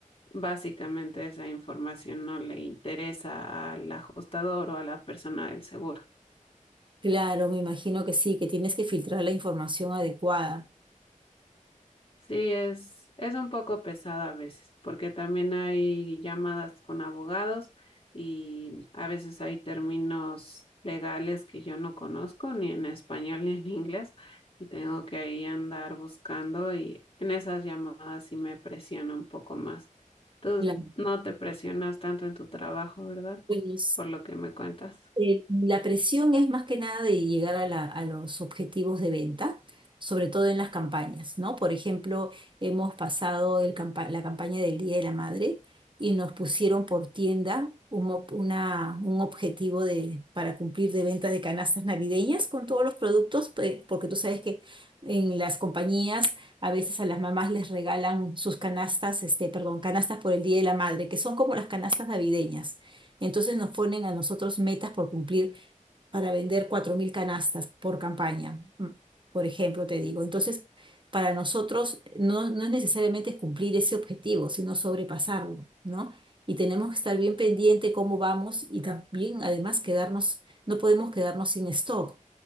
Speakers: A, on the left (about 45°); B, on the right (about 35°).
A: básicamente esa información no le interesa al ajustador o a la persona del seguro.
B: Claro, me imagino que sí, que tienes que filtrar la información adecuada.
A: Sí, es, es un poco pesado a veces, porque también hay llamadas con abogados y a veces hay términos legales que yo no conozco, ni en español ni en inglés, y tengo que ahí andar buscando y en esas llamadas sí me presiona un poco más. Tú
B: Claro.
A: no te presionas tanto en tu trabajo, ¿verdad?
B: Bueno,
A: Por lo que me cuentas.
B: Eh, la presión es más que nada de llegar a, la- a los objetivos de venta, sobre todo en las campañas, ¿no? Por ejemplo, hemos pasado el campa- la campaña del Día de la Madre y nos pusieron por tienda un, ob- una- un objetivo de, para cumplir de ventas de canastas navideñas con todos los productos, pe- porque tú sabes que en las compañías a veces a las mamás les regalan sus canastas, este, perdón, canastas por el Día de la Madre, que son como las canastas navideñas. Entonces nos ponen a nosotros metas por cumplir para vender 4.000 canastas por campaña, mm, por ejemplo, te digo. Entonces, para nosotros no, no es necesariamente cumplir ese objetivo, sino sobrepasarlo, ¿no? Y tenemos que estar bien pendiente cómo vamos y también, además, quedarnos, no podemos quedarnos sin stock.